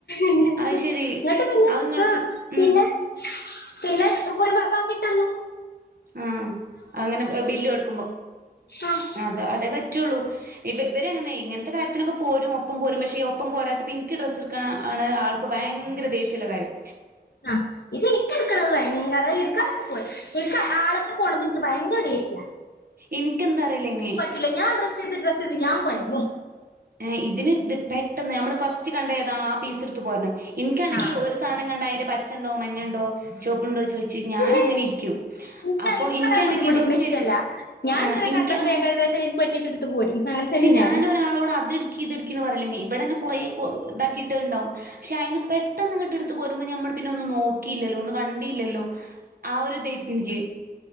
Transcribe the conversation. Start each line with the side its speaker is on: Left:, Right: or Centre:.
Left: എന്നട്ട്
Right: അത് ശരി
Left: പിന്നെ
Right: അത് നിങ്ങൾക്ക്
Left: ആ
Right: ഉം
Left: പിന്നെ പിന്നെ ഇപ്പ ഓല് ബാക്കിട്ടന്നു
Right: ആഹ് അങ്ങനെ ബില്ല് എടുക്കുമ്പോ
Left: ആഹ
Right: അത അതെ പറ്റോള്ളൂ ഇവ ഇവരെങ്ങനെ ഇങ്ങത്തെ കാര്യത്തിനൊക്കെ പോരും ഒപ്പം പോരും പക്ഷെ ഒപ്പം പോരാത്തപ്പ നിക്ക് ഡ്രസ്സ് ക്ക ആണ് ആൾക്ക് ഭയങ്കര ദേഷ്യള്ള കാര്യം
Left: ആ ഇത് എനിക്ക എടുക്കണത് ഭയങ്കര എടുക്കാനൊക്കെ പോയി ഓല്ക് ആപ്പ പോവനഥ്‌ ക്ക് ഭയങ്കര ദേഷ്യ
Right: ഇക്ക് എന്താ അറിയിലേ അയിന്
Left: ക്കുല ഞാൻ ഡ്രസ് ചെയ്ത് ഡ്രസ് ചെയ്ത് ഞാൻ കൊയങ്ങി
Right: ഏ ഇതിന് ത് പെട്ടെന്ന് നമ്മൾ ഫസ്റ്റ് കണ്ട ഏതാണോ ആ പീസ് എടുത്ത് പോരണം എനിക്കാണെങ്കിൽ
Left: ആ
Right: ഒരു സാധനം കണ്ട അയിന്റെ പച്ച ഉണ്ടോ മഞ്ഞണ്ടോ ചോപ്പ്ണ്ടോ ചോദിച്ചി ഞാന
Left: എനിക്ക്
Right: അങ്ങനെ ഇരിക്കും
Left: എനിക്ക്
Right: അപ്പൊ
Left: അങ്ങനെ
Right: ഇക്കാണെങ്കി
Left: ബുദ്ധിമുട്ടിക്കണ
Right: ഒറ്റടിക്ക്
Left: ഇഷ്ടല്ല ഞാൻ
Right: ആഹ്
Left: ഇന്നലെ
Right: ഇൻക്ക്
Left: കണ്ടത്
Right: അങ്ങനെ
Left: വേഗം ഏകദേശം എനിക്ക് പറ്റിയെച്ചെടുത്ത് പോരും അങ്ങനത്തെ
Right: ക്ഷെ ഞാനൊരാളോട്
Left: ഞാന്
Right: അ ത്ട്ക്കി ഇത്ട്ക്കിന്ന് പറേല്ല ഇവിടെന്നെ കുറെ ഇതാക്കിട്ടെണ്ടാവും ക്ഷെ അയിന്ന് പെട്ടെന്ന് കിട്ട് എടുത്ത് പോരുമ്പോ ഞമ്മൾ പിന്നെ ഒന്നും നോക്കില്ലോ ഒന്ന് കണ്ടില്ലല്ലോ ആഹ് ഒരു ഇതായിരിക്കും ഇൻക്ക്